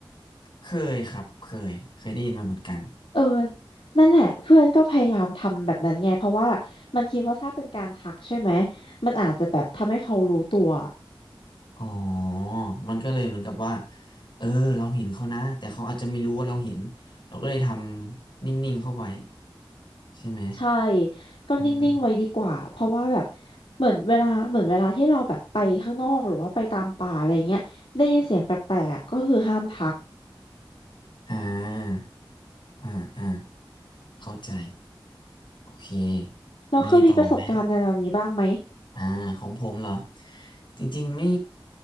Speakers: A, on the left; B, on the left.
A: เคยครับเคยเคยได้ยินมาเหมือนกัน
B: เออนั่นแหละเพื่อนก็พยายามทำแบบนั้นไงเพราะว่ามันคิดว่าถ้าเป็นการทักใช่ไหมมันอาจจะแบบทำให้เขารู้ตัว
A: อ๋อมันก็เลยเหมือนกับว่าเออเราเห็นเขานะ แต่เขาอาจจะไม่รู้ว่าเราเห็น เราก็เลยทำนิ่งๆเข้าไว้ใช่ไหม
B: ใช่ก็นิ่งๆไว้ดีกว่าเพราะว่าแบบ
A: อ่า
B: เหมือนเวลาเหมือนเวลาที่เราแบบไปข้างนอกหรือว่าไปตามป่าอะไรเงี้ยได้ยินเสียงแปลกๆอะก็คือห้ามทัก
A: อ่าอ่าอ่าเข้าใจโอเค
B: เราเคยมีประสบการณ์ในแนวนี้บ้างไหม
A: มีต่อไหมอ่าของผมเหรอจริงๆไม่